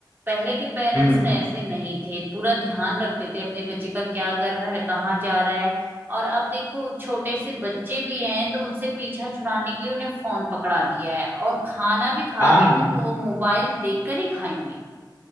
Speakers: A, on the right (about 25°); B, on the left (about 35°).
A: पहले के पेरेंट्स
B: हम्म
A: तो ऐसे नहीं थे पूरा ध्यान रखते थे अपने बच्चे का क्या कर रहा है कहाँ जा रहा है और अब देखो छोटे से बच्चे भी हैं तो उनसे पीछा छुड़ाने के लिए उन्हें फोन पकड़ा दिया है और खाना भी खा
B: हाँ
A: रहे हैं
B: हाँ
A: ना तो वो मोबाइल देखकर ही खाएंगे